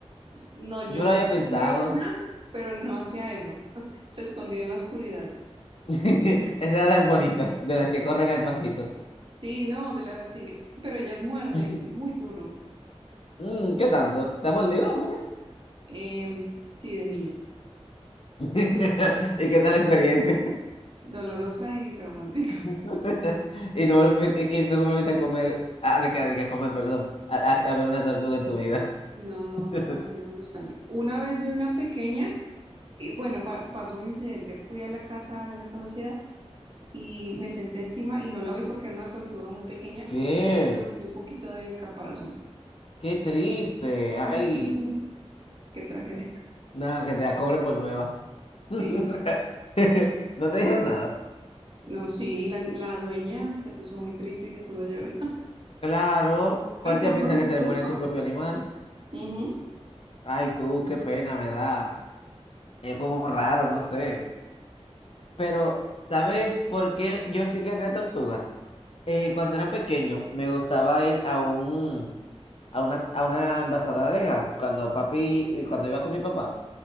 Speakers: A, on the right (about 50°); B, on the left (about 60°).
A: No, yo
B: No lo había pensado.
A: tuve una, pero no hacía eso. <laughs> Se escondía en la oscuridad.
B: <laughs> Esas eran las bonitas, de las que corren al pasito.
A: Sí, no, de las así, pero ellas muerden
B: <laughs>
A: muy duro.
B: Mm, ¿qué tanto? ¿Te ha mordido alguna?
A: Em, sí, de niña.
B: <laughs> ¿Y qué tal la experiencia?
A: Dolorosa y traumática.
B: <laughs>
A: <laughs>
B: Y no volviste, y y no volviste a comer, ah, de que, de que a comer, perdón, a, a- a ver una tortuga en tu vida.
A: No, no,
B: <laughs>
A: jamás a mí no me gustan. Una vez vi una pequeña y bueno, fa- pasó un incidente. Fui a la casa de una conocida y me senté encima y no la vi porque era una tortuga muy pequeña
B: ¿Qué?
A: y me rompí un poquito del caparazón.
B: Qué triste.
A: Ay,
B: Ay,
A: sí. Qué tragedia.
B: nada, que te la cobren por nueva.
A: Sí,
B: <laughs> No te dijeron nada.
A: no, sí, la, la dueña se puso muy triste y se puso a llorar,
B: Claro,
A: <laughs>
B: cualquiera
A: pero no
B: piensa
A: fue mi
B: que se
A: culpa.
B: le muere su propio animal.
A: Ujú.
B: Ay, tú, qué pena me da. Es como raro, no sé. Pero, ¿sabes por qué yo sí querría tortugas? Eh, cuando era pequeño, me gustaba ir a un, a una, a una envasadora de gas, cuando papi, eh, cuando iba con mi papá.